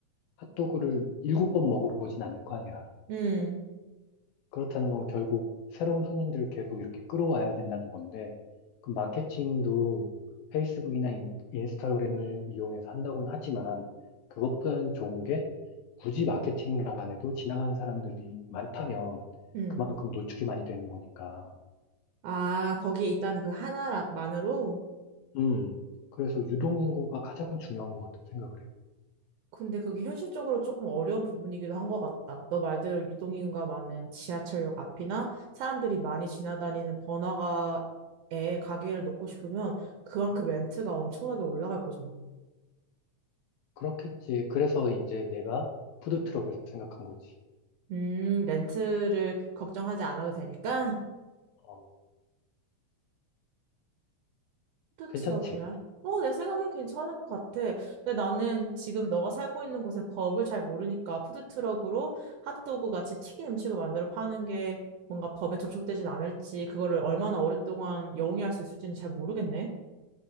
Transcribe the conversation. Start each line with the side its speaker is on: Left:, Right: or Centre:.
Left: 핫도그를 일곱 번 먹으러 오진 않을 거 아니야.
Right: 음,
Left: 그렇다는 건 결국 새로운 손님들을 계속 이렇게 끌어와야 된다는 건데, 그 마케팅도 페이스북이나 인, 스타그램을 이용해서 한다고는 하지만, 그것보다는 좋은 게 굳이 마케팅을 안 해도 지나가는 사람들이 많다면
Right: 음.
Left: 그만큼 노출이 많이 되는 거니까.
Right: 아, 거기에 있다는 그 하나만으로?
Left: 음, 그래서 유동인구가 가장 중요한 것 같다고 생각을 해.
Right: 근데 그게 현실적으로 조금 어려운 부분이기도 한 것 같다. 너 말대로 유동인구가 많은 지하철역 앞이나 사람들이 많이 지나다니는 번화가에 가게를 놓고 싶으면 그만큼 렌트가 엄청나게 올라갈 거잖아.
Left: 그렇겠지. 그래서 이제 내가 푸드트럭을 생각한 거지.
Right: 음, 렌트를 걱정하지 않아도 되니까?
Left: 어,
Right: 푸드
Left: 괜찮지?
Right: 트럭이라? 어, 내 생각엔 괜찮은 것 같아. 근데 나는 지금 너가 살고 있는 곳의 법을 잘 모르니까 푸드 트럭으로 핫도그 같이 튀긴 음식을 만들어 파는 게 뭔가 법에 접촉되진 않을지, 그거를 얼마나 오랫동안 영위할 수 있을지는 잘 모르겠네.